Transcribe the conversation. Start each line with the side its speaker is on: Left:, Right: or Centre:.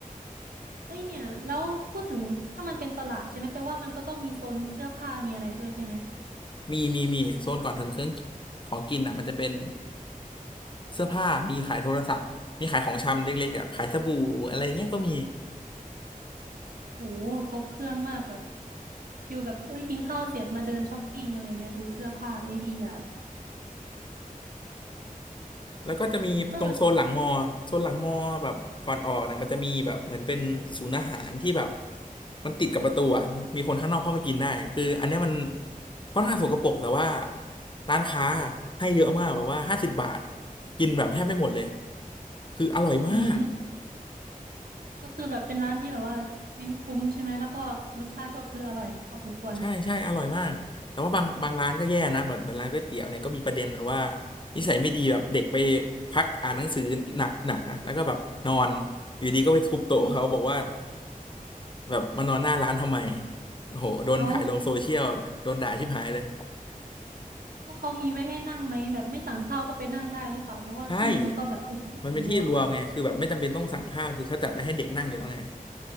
Right: เอ้ยเนี่ยแล้วพูดถึงถ้ามันเป็นตลาดใช่ไหมแปลว่ามันก็ต้องมีโซนเสื้อผ้ามีอะไรด้วยใช่ไหม
Left: มีมีมีโซนก่อนถึงเครื่องกิของกินอ่ะมันจะเป็นเสื้อผ้ามีขายโทรศัพท์มีขายของชำเล็กๆอ่ะขายสบู่อะไรเงี้ยก็มี
Right: โหครบเครื่องมากแบบฟิลแบบเอ้ยกินข้าวเสร็จมาเดินช้อปปิ้งอะไรเงี้ยดูเสื้อผ้าเอ้ยดีอ่ะ
Left: แล้วก็จะมีตรงโซนหลังมอโซนหลังมอแบบก่อนออกเนี่ยมันจะมีแบบเหมือนเป็นศูนย์อาหารที่แบบ
Right: เออ
Left: มันติดกับประตูอ่ะมีคนข้างนอกเข้ามากินได้คืออันเนี้ยมันค่อนข้างสกปรกแต่ว่าร้านค้าให้เยอะมากแบบว่าห้าสิบบาทกินแบบแทบไม่หมดเลยคืออร่อยมาก
Right: อืม ก็คือแบบเป็นร้านที่แบบว่าเน้นคุ้มใช่ไหมแล้วก็รสชาติก็คืออร่อยพอสมควร
Left: ใช่ใช่อร่อยมาก แต่ว่าบางบางร้านก็แย่นะเหมือนเหมือนร้านก๋วยเตี๋ยวเนี่ยก็มีประเด็นแบบว่านิสัยไม่ดีแบบเด็กไปพักอ่านหนังสือหนักหนักอ่ะแล้วก็แบบนอนอยู่ดีก็ไปทุบโต๊ะเขาบอกว่า
Right: อืม
Left: แบบมานอนหน้าร้านทำไมโอ้โห โดนถ่ายลงโซเชียลโดนด่าชิบหายเลย
Right: เอ้าก็เขามีไว้ให้นั่งไหมแบบไม่สั่งข้าวก็ไปนั่งได้หรือเปล่าเพราะว่าที่มันก็แบบเป็นที่ส่วนรวมอ่ะ
Left: ใช่มันเป็นที่รวมไงคือแบบไม่จำเป็นต้องสั่งข้าวคือเขาจัดไว้ให้เด็กนั่งอยู่แล้วไง